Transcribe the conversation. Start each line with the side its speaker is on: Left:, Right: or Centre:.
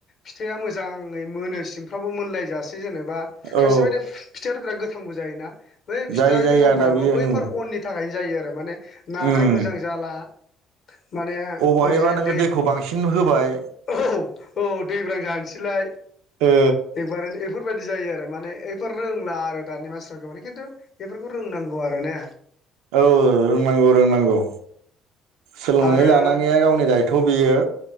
Left: फिथाआ मोजाङै मोनो सिंफ्रावबो मोनलायजासे जेनेबा
Right: औ
Left: खायसे बायदि फि-फिथाआथ' बिराद गो थांबो जायोना बै फिथा
Right: जाय जाय
Left: गोथांफोराबो
Right: आदा बियो
Left: बैफोर
Right: उम
Left: अननि थाखायनो जायो आरो माने नानाय
Right: उम
Left: मोजां जाला माने
Right: अबहायबा
Left: ओरैजाय
Right: नोङो
Left: दै
Right: दैखौ बांसिन होबाय
Left: <unintelligible> औ औ गोथां जानसैलाय
Right: ओ
Left: एकबारेनो एफोरबायदि जाय यो आरो माने एफोर रोंला आरो दानि मानसिफोरा गोबां खिन्थु बेफोरखौ रोंनांगौ आरोना।
Right: औ रोंनांगौ रोंनांगौ। सोलोंनानै
Left: आरो
Right: लानाङैया गावनि दायथ' बियो‌।